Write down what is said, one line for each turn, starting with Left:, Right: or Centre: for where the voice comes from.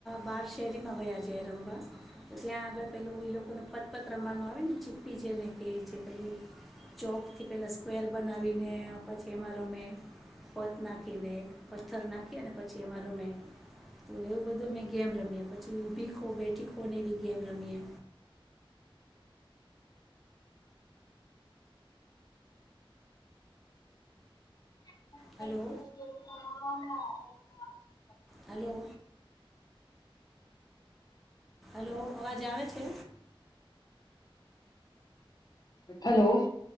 Centre: બાર શેરીમાં વયા જીએ રમવાા ત્યાં પેલું એ લોકોનું પતપત રમવાનું આવે ને ચીપ્પી જેને કે જે પેલું ચોક થી પેલા સ્કવેર બનાવીને પછી એમાં રમે પત નાખીને પથ્થર નાખી ને પછી એમાં રમે તો એવું બધું મેં ગેમ રમીએ પછી ઊભી ખો બેઠી ખો ને એવી ગેમ રમીએ
Left: <inaudible>
Centre: હલો
Left: <unintelligible>
Centre: હલો. હલો અવાજ આવે છે?
Left: હેલો